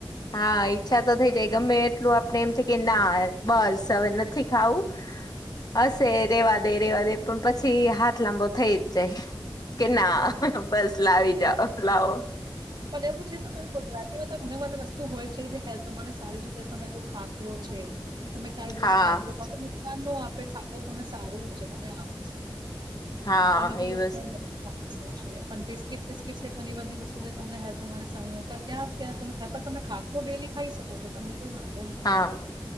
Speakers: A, on the left; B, on the right.
A: હા ઈચ્છા તો થઈ જાય ગમે એટલું આપડે એમ થાય કે ના બસ હવે નથી ખાવું હશે રેવા દે રેવા દે પણ પછી હાથ લાંબો થઈ જ જાય કે ના
B: થઈ જાય
A: બસ લાવી જાઓ લાવો
B: પણ એવું છે તમારે ગુજરાતીમાંધ ઘણી બધી વસ્તુ હોય છે જે હેલ્થ તમારે સારી છે તમે તો ખાખરો છે તમે કાંઈ દિવસ
A: હા
B: ખાકરો ખાધો નુકસાન ન આપે ખાકરો તમે સારું છે તમે આપો
A: હા
B: અમેં કોઈ
A: એ
B: નુકસાન
A: વસ્તુ
B: નથી <inaudible> છે પણ બિસ્કીટ પિસ્કીટ છે ઘણી બધી વસ્તુ છે તમને હેલ્થ સારી ક્યાં તમે ખાખરું ડેલી ખાઈ શકો છો તમેં કોઈ વાંધો નથી
A: હા
B: યાર